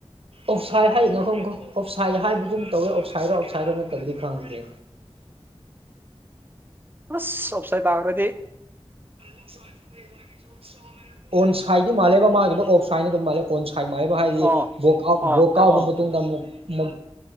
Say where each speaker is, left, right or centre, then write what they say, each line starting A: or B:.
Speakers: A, on the right; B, on the right.
A: ꯑꯣꯞꯁꯥꯏꯠ ꯍꯥꯏꯌꯦ ꯉꯈꯣꯈ ꯑꯣꯞꯁꯥꯏ ꯍꯥꯏꯕꯒꯨꯝ ꯇꯧꯋꯦ ꯑꯣꯞꯁꯥꯏꯗꯔꯣ ꯑꯣꯞꯁꯥꯏꯗꯔꯣ ꯅꯠꯇꯕꯗꯤ ꯈꯪꯗꯦ
B: ꯑꯣꯞꯁꯥꯏ ꯄꯈꯔꯗꯤ
A: <inaudible> <inaudible> ꯑꯣꯟ ꯁꯥꯏꯠꯗꯤ ꯃꯥꯜꯂꯦꯕ ꯃꯥꯒꯤꯗꯣ ꯑꯣꯐ ꯁꯥꯏꯠꯅ ꯑꯗꯨꯝ ꯃꯥꯜꯂꯦꯕ ꯑꯣꯟ ꯁꯥꯏꯃꯥꯏꯕ ꯍꯥꯏꯗꯤ
B: ꯑꯣ
A: ꯕꯣꯔꯥꯎ
B: ꯑꯣ
A: ꯕꯣꯔ ꯀꯥꯎꯕ
B: ꯑꯣ
A: ꯃꯇꯨꯡꯗ ꯑꯃꯨꯛ